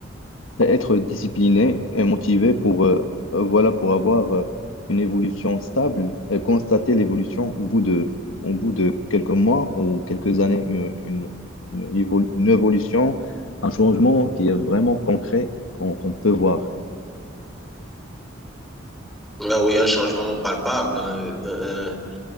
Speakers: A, on the left; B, in the centre.
A: Ben, être discipliné et motivé pour, euh, euh, voilà, pour avoir euh, une évolution stable et constater l'évolution au bout de, au bout de quelques mois ou quelques années, une, une, une évol- une évolution, un changement qui est vraiment concret qu'on qu'on peut voir.
B: Là où il y a un changement palpable, un, un,